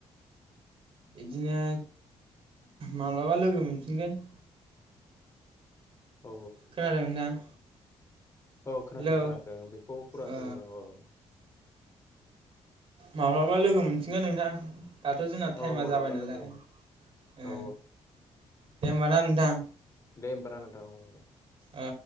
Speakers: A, on the right; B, on the left.
A: बिदिनो माब्लाबा लोगो मोनफिनगोन।
B: औ
A: खोनादों नोंथां?
B: औ खोनाथों
A: हेलौ
B: खोनाथों बेखौ फुरा
A: ओ
B: जाहोनांगौ औ।
A: माब्लाबा लोगो मोनफिनगोन नोंथां। दाथ' जोंना टाइमा
B: औ मालाबा
A: जाबाय नालाय
B: लोगो
A: ओ
B: औ
A: दे होमबा ना नोंथां?
B: दे होमबाना नोंथां औ।
A: ओ।